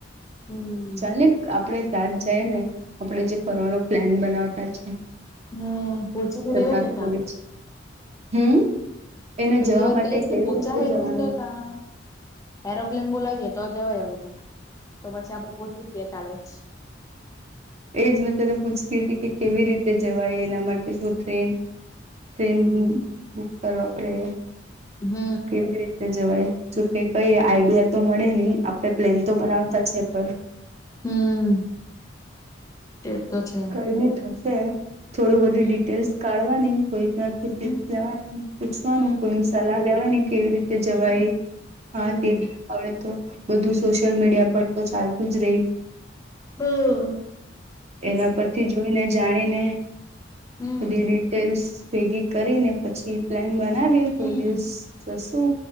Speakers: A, on the left; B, on the right.
A: હમ્મ
B: ચાલની આપડે ત્યાં જ જઈ ને આપણેે જે ફરવાનો પ્લાન બનાવતા છે.
A: હમ્મ પોચી
B: જગન્નાથપુરી
A: બી રેવું કેતા.
B: જ હમ એને
A: પેલી
B: જવા
A: વાત
B: માટે
A: તો એ જ
B: કેવી
A: કે પોચા
B: રીતે
A: હ જ
B: જવાનું
A: ની તોતા. એરોપ્લેન બોલાવીયે તો જવાય હવે તો તો પછી આપડે પોચી જીએ કાલે જ.
B: એજ મેં તને પૂછતી હતી કે કેવી રીતે જવાય એના માટે શું ટ્રેન ટ્રેનની
A: હમ
B: બુક કરવા પડે
A: હમ
B: કેવી રિતે ત જવાય જોકે કઈ આઈડિયા તો મળે નહી આપણે પ્લેન તો બનાવતા છે પણ.
A: હમ્મ. તેજ તો છે.
B: કઈને થશે થોડું બધું
A: હમ
B: ડિટેલ્સ કાઢવાની <unintelligible> ટિકિટ
A: હમ
B: લેવાની પૂછવાનું
A: હમ
B: કોઈની સલાહ લેવાની કેવી રીતે જવાય.
A: હમ હમ
B: હા તે હવે તો બધું સોશિયલ મીડિયા પર તો ચાલતું જ રેય.
A: હમ્મ.
B: એના પરથી જોઈને જાણીને
A: હમ
B: બધી ડિટેલ્સ ભેગી કરીને પછી પ્લેન બનાવીએ
A: હમ
B: થોડી દિવસ જશું